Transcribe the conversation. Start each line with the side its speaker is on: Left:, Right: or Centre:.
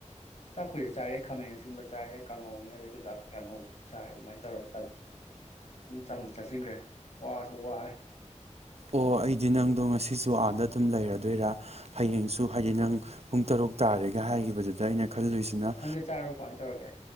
Left: ꯆꯥꯛꯄꯁꯨ ꯆꯥꯔꯦ ꯈꯥꯃꯦꯟ ꯑꯁꯤꯟꯕ ꯆꯥꯔꯦ ꯀꯥꯡꯉꯧꯅꯦ ꯑꯗꯩ ꯆꯨꯖꯥꯛ ꯀꯩꯀꯌꯥꯉꯧꯕꯁꯨ ꯆꯥꯔꯦ ꯑꯗꯨꯃꯥꯏꯅ ꯇꯧꯔꯒ ꯑꯗꯨꯝ ꯆꯝꯅ ꯆꯥꯁꯤꯟꯈ꯭ꯔꯦ ꯋꯥꯁꯨ ꯋꯥꯔꯦ
Right: ꯑꯣ ꯑꯩꯗꯤ ꯅꯪꯗꯣ ꯉꯁꯤꯁꯨ ꯑꯥꯗ ꯑꯗꯨꯝ ꯂꯩꯔꯗꯣꯏꯔꯥ ꯍꯌꯦꯡꯁꯨ ꯍꯥꯏꯗꯤ ꯅꯪ ꯄꯨꯡ ꯇꯔꯨꯛ ꯇꯥꯔꯦꯒ ꯍꯥꯏꯈꯤꯕꯗꯨꯗ ꯑꯩꯅ ꯈꯜꯂꯨꯏꯁꯤꯅ
Left: ꯅꯪꯗ ꯆꯥꯔꯕ ꯀꯃꯥꯏꯅ ꯇꯧꯔꯒꯦ